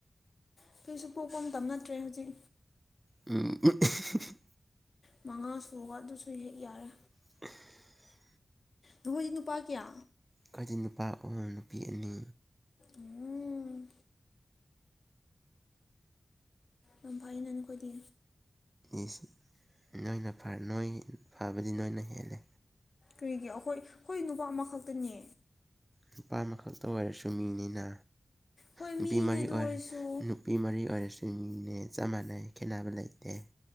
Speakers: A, on the left; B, on the right.
A: ꯑꯗꯣꯏꯁꯨ ꯄꯣꯛꯄ ꯃꯇꯝꯇ ꯅꯠꯇ꯭ꯔꯦ ꯍꯧꯖꯤꯛ
B: ꯎꯝ <unintelligible>
A: ꯃꯉꯥ ꯁꯨꯕꯒ ꯑꯗꯨꯁꯨ ꯍꯦꯛ ꯌꯥꯔꯦ
B: <unintelligible>
A: ꯅꯣꯍꯣꯢ ꯅꯨꯄꯥ ꯀꯌꯥ
B: ꯈꯣꯏꯗꯤ ꯅꯨꯄꯥ ꯑꯍꯨꯝ ꯅꯨꯄꯤ ꯑꯅꯤ
A: ꯎꯝ ꯌꯥꯝ ꯐꯩꯅꯦ ꯅꯈꯣꯏꯗꯤ
B: ꯏꯁ ꯅꯣꯏꯅ ꯐꯥ ꯅꯣꯏ ꯐꯕꯗꯤ ꯅꯣꯏꯅ ꯍꯦꯜꯂꯦ
A: ꯀꯔꯤꯒꯤ ꯑꯩꯈꯣꯏ ꯑꯩꯈꯣꯏ ꯅꯨꯄꯥ ꯑꯃꯈꯛꯇꯅꯦ
B: ꯅꯨꯄꯥ ꯑꯃꯈꯛꯇ ꯑꯣꯏꯔꯁꯨ ꯃꯤꯅꯤꯅꯥ
A: ꯍꯣꯏ
B: ꯅꯨꯄꯤ
A: ꯃꯤꯅꯦ
B: ꯃꯔꯤ
A: ꯑꯗꯨ
B: ꯑꯣꯏꯔ
A: ꯑꯣꯏꯔꯁꯨ
B: ꯅꯨ ꯢ ꯃꯔꯤ ꯑꯣꯏꯔꯁꯨ ꯃꯤꯅꯦ ꯆꯞ ꯃꯥꯟꯅꯩ ꯈꯦꯠꯅꯕ ꯂꯩꯇꯦ꯫